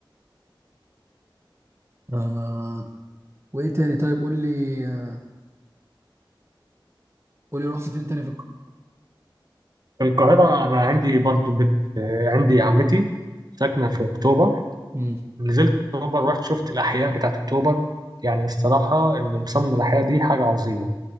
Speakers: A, on the right; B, on the right.
A: آه. وايه تاني طيب قول لي آه، قول لي رحت فين تاني في القاهره
B: في القاهرة أنا عندي برضو بت... آه، عندي عمتي ساكنة في أكتوبر
A: امم
B: نزلت أكتوبر رحت شفت الأحياء بتاعت أكتوبر يعني الصراحة اللي مصمم الأحياء دي حاجة عظيمة